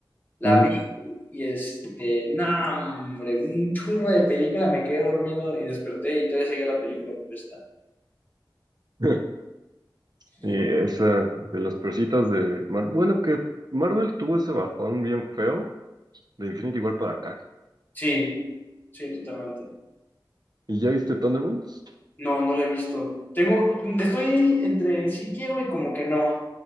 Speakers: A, on the left; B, on the right.
A: La
B: Ujú.
A: vi y este, no, hombre, un churro de película, me quedé dormido y desperté y todavía sigue la película puesta.
B: <laughs>
A: No.
B: Y esa de las persitas de Marvel. Bueno, que Marvel tuvo ese bajón bien feo de Infinity War para acá.
A: Sí, sí, totalmente.
B: ¿Y ya viste Thunderbolts?
A: No, no la he visto. Tengo, estoy entre sí quiero y como que no,